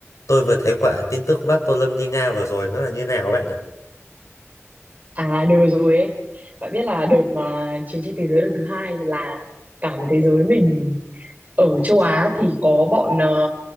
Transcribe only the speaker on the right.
À đợt vừa rồi ấy, bạn biết là đợt mà chiến tranh thế giới lần thứ hai là cả một thế giới mình ở châu Á thì có bọn ờ,